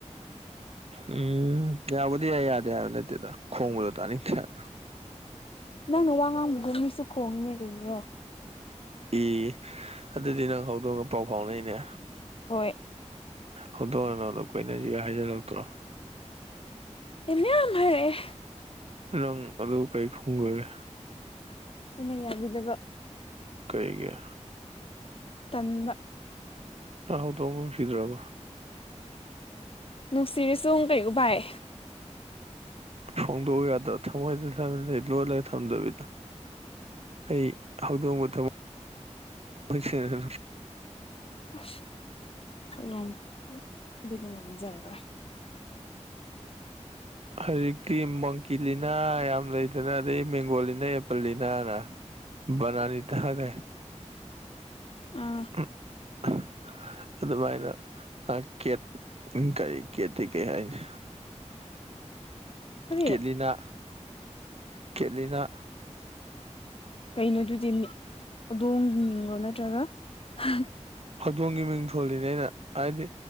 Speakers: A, on the right; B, on the left.
A: ꯎꯝ ꯌꯥꯕꯨꯗꯤ ꯌꯥꯏ ꯌꯥ ꯗꯦ ꯖꯥꯏꯕ ꯅꯠꯑꯦꯗ ꯈꯣꯡꯕꯗꯣ ꯇꯥꯅꯤꯡꯗꯦ ꯍꯥꯏꯕ
B: ꯅꯪꯅ ꯋꯥ ꯉꯥꯡꯕꯒꯨꯝ ꯃꯤꯁꯨ ꯈꯣꯡꯉꯤꯅꯦ ꯀꯔꯤꯔꯣ
A: ꯏ ꯑꯗꯨꯗꯤ ꯅꯪ ꯍꯧꯗꯣꯡꯒ ꯄꯥꯎ ꯐꯥꯎꯅꯩꯅꯦ
B: ꯍꯣꯏ
A: ꯍꯧꯗꯣꯡꯅ ꯅꯉꯣꯟꯗ ꯀꯣꯏꯅꯖꯤꯒꯥꯏ ꯍꯥꯏꯖꯜꯂꯛꯇ꯭ꯔꯣ
B: ꯏ ꯃꯌꯥꯝ ꯍꯥꯏꯔꯛꯑꯦ
A: ꯅꯪ ꯑꯗꯨ ꯀꯩ ꯈꯨꯝꯒ꯭ꯔꯒꯦ
B: ꯑꯩꯅ ꯌꯥꯕꯤꯗꯕ
A: ꯀꯩꯒꯤ
B: ꯇꯟꯕ
A: ꯅꯪ ꯍꯧꯗꯣꯡ ꯅꯨꯡꯁꯤꯗ꯭ꯔꯕꯣ
B: ꯅꯨꯡꯁꯤꯔꯁ ꯀꯩꯝ ꯎꯚꯥꯏ
A: ꯐꯣꯡꯗꯣꯛꯎ ꯌꯥꯗ꯭ꯔꯊꯝꯃꯣꯏꯗ <unintelligible> ꯂꯣꯠꯂꯒ ꯊꯝꯗꯕꯤꯗ ꯑꯩ ꯍꯧꯗꯣꯡꯕꯨ ꯊꯝꯃꯣꯏ ꯁꯦꯡꯅ ꯅꯨꯡꯁꯤ
B: ꯑꯁ <unintelligible> ꯑꯗꯨꯗꯤ ꯉꯝꯖꯔꯔꯣꯏ
A: ꯍꯧꯖꯤꯛꯇꯤ ꯃꯪꯀꯤ ꯂꯤꯅꯥ ꯌꯥꯝ ꯂꯩꯗꯅ ꯑꯗꯩ ꯃꯦꯡꯒꯣ ꯂꯤꯅꯥ ꯑꯦꯄꯜ ꯂꯤꯅꯥꯅ ꯕꯅꯥꯔꯤꯇꯥ ꯒꯥꯏꯅ
B: ꯑꯥ
A: <unintelligible> ꯑꯗꯨꯝꯃꯥꯏꯅ ꯑ ꯀꯦꯠ ꯀꯔꯤ ꯀꯦꯠꯇꯤ ꯀꯩ ꯍꯥꯏꯅꯤ
B: ꯀꯔꯤ
A: ꯀꯦꯠꯂꯤꯅꯥ ꯀꯦꯠꯂꯤꯅꯥ
B: ꯀꯩꯅꯣꯗꯨꯗꯤ <unintelligible> ꯍꯧꯗꯣꯡ ꯃꯤꯡꯂꯣ ꯅꯠꯇ꯭ꯔꯒ <unintelligible>
A: ꯍꯧꯗꯣꯡꯒꯤ ꯃꯤꯡ ꯊꯣꯜꯂꯤꯅꯦ ꯑꯩꯅ ꯍꯥꯏꯗꯤ